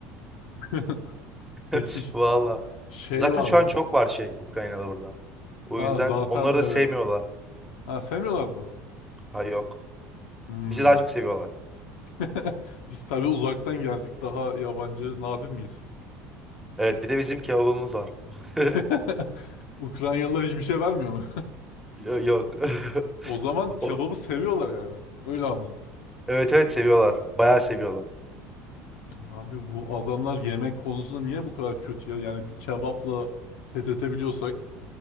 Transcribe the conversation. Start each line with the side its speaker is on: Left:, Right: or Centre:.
Left: <laughs> Peki
Centre: <laughs>
Left: ş-
Centre: Valla.
Left: şey
Centre: Zaten
Left: var
Centre: şu
Left: mı?
Centre: an çok var şey Ukraynalı burada. O
Left: Ha
Centre: yüzden
Left: zaten
Centre: onları da
Left: evet.
Centre: sevmiyorlar.
Left: Ha sevmiyorlar mı?
Centre: Ha yok.
Left: Hmm.
Centre: Bizi daha çok seviyorlar.
Left: <laughs> Biz tabii uzaktan geldik daha yabancı nadir miyiz?
Centre: Evet bir de bizim kebabımız var.
Left: <laughs>
Centre: <laughs>
Left: Ukraynalılar hiçbir şey vermiyor mu?
Centre: Yo- Yok. <laughs>
Left: <laughs> O zaman kebabı
Centre: O,
Left: seviyorlar yani. Öyle anladım.
Centre: evet evet seviyorlar. Bayağı seviyorlar.
Left: Abi bu adamlar yemek konusunda niye bu kadar kötü ya? Yani bir kebapla fethedebiliyorsak